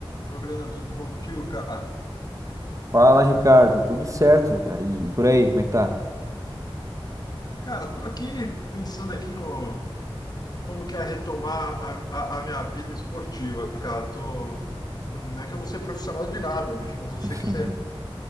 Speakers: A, on the left (about 45°); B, on the right (about 35°).
A: Oi, Brenda, tudo bom contigo, cara?
B: Fala, Ricardo. Tudo certo, cara? E, e por aí, como é que tá?
A: Cara, tô aqui pensando aqui no, no como que é retomar a, a, a minha vida esportiva, cara. Tô, não é que eu vou ser profissional de nada, bicho, mas eu
B: <laughs>
A: sei que você